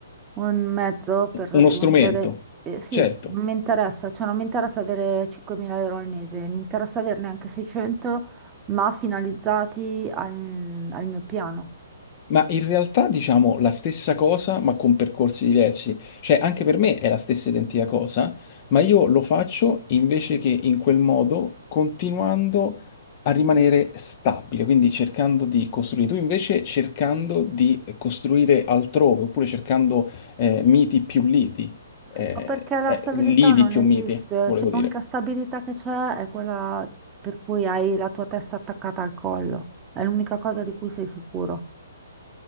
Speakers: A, on the right (about 20°); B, on the left (about 35°).
A: Un mezzo per raggiungere...
B: uno strumento,
A: eh, sì,
B: certo,
A: non mi interessa, cioè non mi interessa avere 5.000 euro al mese, mi interessa averne anche 600, ma finalizzati al, al mio piano.
B: ma in realtà diciamo la stessa cosa ma con percorsi diversi, cioè anche per me è la stessa identica cosa, ma io lo faccio invece che in quel modo continuando a rimanere stabile, quindi cercando di costruire, tu invece cercando di costruire altrove oppure cercando eh, miti più liti, eh,
A: Ma perché la
B: eh,
A: stabilità
B: lidi
A: non
B: più
A: esiste?
B: miti, volevo
A: Cioè,
B: dire.
A: l'unica stabilità che c'è è quella per cui hai la tua testa attaccata al collo. È l'unica cosa di cui sei sicuro.